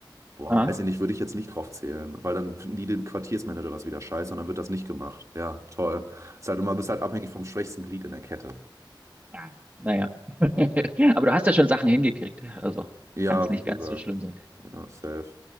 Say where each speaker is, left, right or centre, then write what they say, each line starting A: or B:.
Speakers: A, on the right; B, on the right.
A: Boah,
B: Aha.
A: weiß ich nicht, würde ich jetzt nicht drauf zählen, weil dann finden die den Quartiersmanager das wieder scheiße und dann wird das nicht gemacht. Ja, toll. Ist halt immer, bist halt abhängig vom schwächsten Glied in der Kette.
B: Ja. Naja. <laughs> Aber du hast ja schon Sachen hingekriegt. Also
A: Ja,
B: kann es nicht
A: wie gesagt.
B: ganz so schlimm sein.
A: Ja, safe.